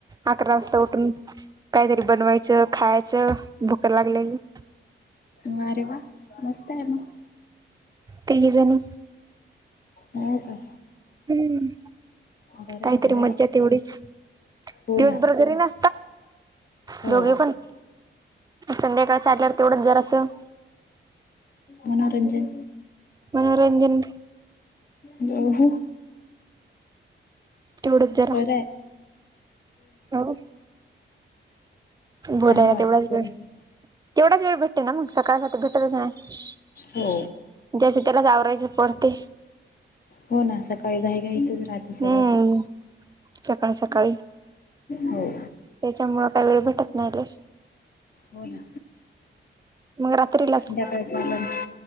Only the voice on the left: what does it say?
ह अरे वा मस्त आहे मग
ह का
बरं आहे
बरं आहे
हो
ना
हो
मनोरंजन
ह
बरं आहे
चांगलं वाटतं
जरासं
हो
हो ना सकाळी घाई घाईतच राात
हे सगळं
हो
हो ना
संध्याकाळ लं